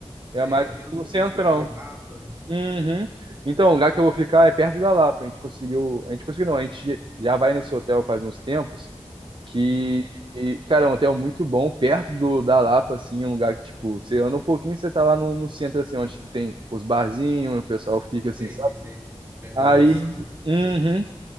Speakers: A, on the right; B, on the right.
A: é
B: É,
A: mais
B: relativamente
A: no centrão.
B: perto da Lapa.
A: Uhum. Então, o lugar que eu vou ficar é perto da Lapa. A gente conseguiu. A gente conseguiu, não. A gente já já vai nesse hotel faz uns tempos. Que,
B: Uhum.
A: e, cara, é um hotel muito bom, perto do, da Lapa, assim, é um lugar que, tipo, você anda um pouquinho, você tá lá no, no centro, assim, onde que tem os barzinhos, o pessoal fica assim,
B: Sei,
A: sabe?
B: sei, sei. Pedra
A: Aí,
B: do Sal.
A: uhum.